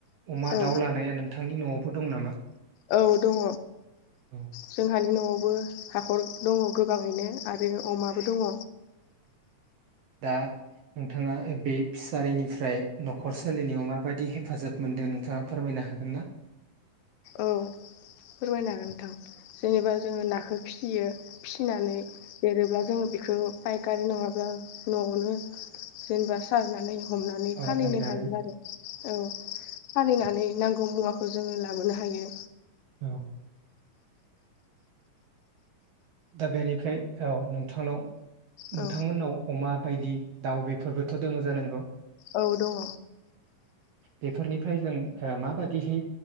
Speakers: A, on the right (about 60°); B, on the left (about 80°).
A: अमा
B: औ
A: दाउ लानाया नोंथांनि न'आव दं नामा
B: औ दङ
A: औ
B: जोंहानि न'आव बो हाखर दङ' गोबाङैनो आरो अमाबो दङ'।
A: दा नोंथाङा बे फिसारिनिफ्राय न'खर सोलिनायाव माबायि हे हेफाजाब मोनदो नोंथाङा फोरमायनो हागोन ना?
B: औ फोरमायनो हागोन नोंथां जेनेबा जोङो नाखौ फिसियो फिसिनानै देरोब्ला जोंङो बेखौ बायकारि नङाब्ला न'आवनो जेनेबा सारनानै हमनानै
A: औ
B: फानहैनो
A: फाननानै
B: हायो आरो औ। फालिनानै नांगौ मुवाखौ जोङो लाबोनो हायो।
A: औ। दा बेनिफ्राय औ नोंथांनाव
B: औ
A: नोंथांमोननाव अमा बायदि दाव बेफोरबोथ' दङ' जानांगौ।
B: औ दङ'।
A: बेफोरनिफ्राय जों ओ माबायदिहै